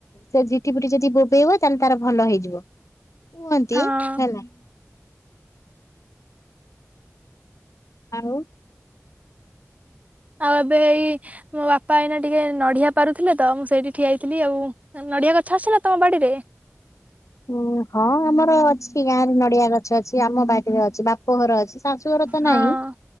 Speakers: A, on the left; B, on the right.
A: ସେ ଜିଠି ପିଠି ଯଦି ବୋବେଇବ ତାହେଲେ ତାର ଭଲ ହେଇଯିବ କୁହନ୍ତି
B: ହଁ
A: ହେଲା। ଆଉ।
B: ଆଉ ଏବେ ଏଇ ମୋ ବା ପାଇଁ ନାଁ ଟିକେ ନଡ଼ିଆ ପାରୁଥିଲେ ତ ମୁଁ ସେଇଠି ଠିଆଇଥିଲି ଆଉ ନଡ଼ିଆ ଗଛ ଅଛି ନାଁ ତମ ବାଡିରେ?
A: ଉଁ ହଁ ଆମର ଅଛି ଗାଁ ରେ ନଡିଆ ଗଛ ଅଛି, ଆମ ବାଟିରେ ଅଛି, ବାପଘର ଅଛି। ଶାଶୁ ଘର ତ
B: ହଁ
A: ନାହିଁ